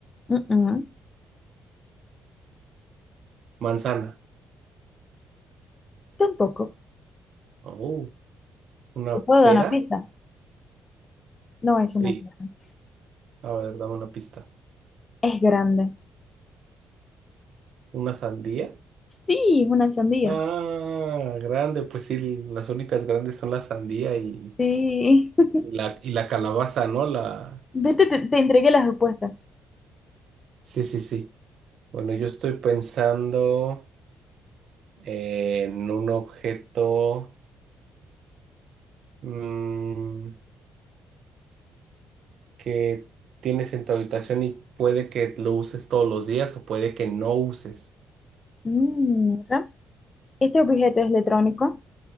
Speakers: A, on the left (about 30°); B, on the right (about 65°).
A: mm-mm,
B: manzana.
A: tampoco.
B: Oh, una
A: Te puedo dar
B: pera.
A: una pista. No es una
B: Sí,
A: pista.
B: a ver, dame una pista.
A: Es grande.
B: Una sandía.
A: Sí, es una sandía.
B: Ah, grande, pues sí, las únicas grandes son la sandía y,
A: Sí. <laughs>
B: y la, y la calabaza, ¿no? La...
A: Vete, te, te entregué las respuestas.
B: Sí, sí, sí. Bueno, yo estoy pensando en un objeto mm, que tienes en tu habitación y puede que lo uses todos los días o puede que no uses.
A: Mm, Mira, este objeto es electrónico.